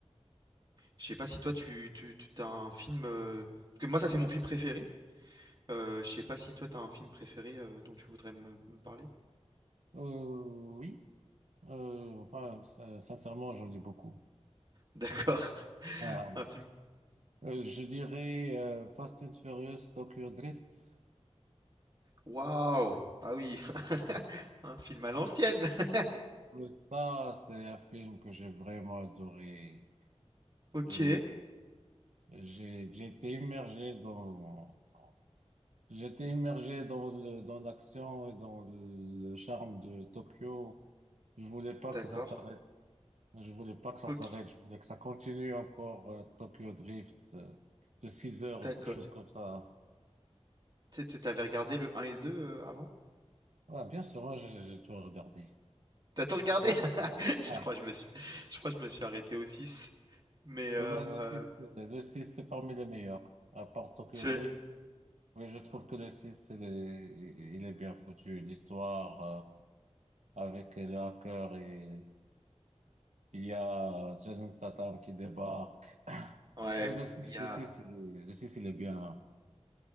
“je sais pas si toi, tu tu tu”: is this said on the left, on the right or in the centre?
Right